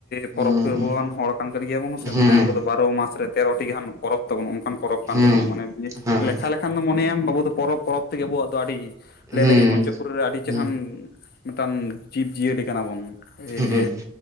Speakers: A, on the left; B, on the right.
A: ᱯᱚᱨᱚᱵᱽ
B: ᱦᱩᱸ
A: ᱯᱚᱵᱩᱣᱟᱱ ᱦᱚᱲ ᱠᱟᱱ ᱠᱟᱱ ᱜᱮᱭᱟ ᱵᱚᱱ
B: ᱦᱩᱸ
A: ᱥᱮ ᱢᱟᱱᱮ ᱟᱵᱚ ᱫᱚ ᱵᱟᱨᱚ ᱢᱟᱥ ᱨᱮᱼᱼ ᱛᱮᱨᱚᱴᱤ ᱜᱟᱱ ᱯᱚᱨᱚᱵᱽᱼᱼ ᱛᱟᱵᱚᱱ ᱚᱱᱠᱟᱱ ᱯᱚᱨᱚᱵᱽ ᱠᱟᱱ
B: ᱦᱩᱸ
A: ᱛᱟᱵᱚᱱᱟ ᱢᱟᱱᱮ
B: ᱦᱩᱸ
A: ᱞᱮᱠᱷᱟ ᱞᱮᱠᱷᱟᱱ ᱫᱚ ᱢᱚᱱᱮᱭᱟ ᱟᱵᱚ ᱫᱚ ᱯᱚᱨᱵᱽ ᱯᱚᱨᱚᱵᱽ ᱛᱮᱜᱮ ᱟᱵᱚᱣᱟᱜ ᱫᱚ ᱟᱹᱰᱤᱼᱼ ᱞᱮ
B: ᱦᱮᱸ
A: ᱞᱮᱜᱮᱡ ᱢᱚᱧᱪᱚᱯᱩᱨᱤ ᱨᱮ ᱟᱹᱰᱤ ᱪᱮᱨᱦᱟᱱ
B: ᱦᱩᱸ
A: ᱢᱤᱫᱴᱟᱱ ᱡᱤᱵᱽᱡᱤᱭᱟᱹᱞᱤ ᱠᱟᱱᱟ ᱵᱚᱱ᱾ ᱮ
B: ᱦᱩᱸ
A: ᱡᱮᱼᱼ
B: ᱦᱩᱸ